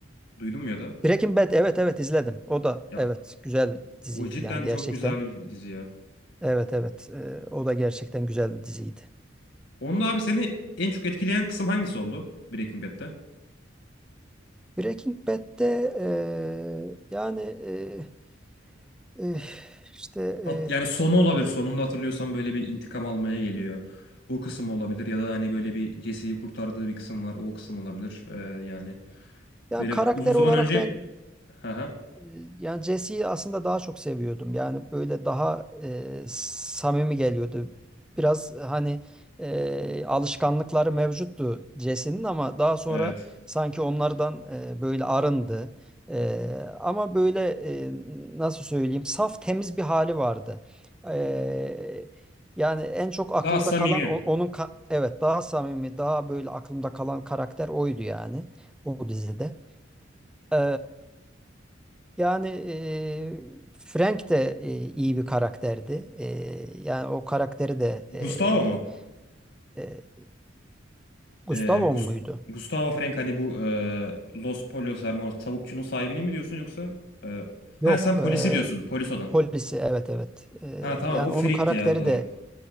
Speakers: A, on the left; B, in the centre.
A: Duydun mu ya da?
B: Breaking Bad evet evet izledim. O da
A: Ya
B: evet güzel bir diziydi
A: o cidden
B: yani gerçekten.
A: çok güzel bir dizi ya.
B: Evet evet e, o da gerçekten güzel bir diziydi.
A: Onunla abi seni en çok etkileyen kısım hangisi oldu Breaking Bad'de?
B: Breaking Bad'de e, yani e, e, işte
A: Hat-
B: e,
A: yani sonu olabilir. Sonunda hatırlıyorsan böyle bir intikam almaya geliyor. O kısım olabilir ya da hani böyle bir Jesse'yi kurtardığı bir kısım var. O kısım olabilir. E, yani
B: yani
A: böyle
B: karakter
A: uzun zaman
B: olarak
A: önce...
B: ben
A: Hı hı.
B: E, Yani Jesse'yi aslında daha çok seviyordum. Yani böyle daha e, samimi geliyordu. Biraz e, hani e, alışkanlıkları mevcuttu Jesse'nin ama daha sonra
A: Evet.
B: sanki onlardan e, böyle arındı. E, ama böyle e, nasıl söyleyeyim saf temiz bir hali vardı. E, yani en çok aklımda
A: Daha samimi.
B: kalan o- onun ka- evet daha samimi daha böyle aklımda kalan karakter oydu yani o dizide. E, yani eee, Frank de eee, iyi bir karakterdi. Eee, yani o karakteri de eee,
A: Gustavo mu?
B: eee, Gustavo
A: Ee, Gus-
B: muydu?
A: Gustavo Fring hani bu e, Los Pollos Hermanos tavukçunun sahibini mi diyorsun yoksa? e,
B: Yok,
A: ha sen polisi
B: eee,
A: diyorsun polis olan.
B: polisi evet evet. Eee,
A: Ha tamam
B: yani
A: o Fring'ti
B: onun karakteri
A: ya doğru.
B: de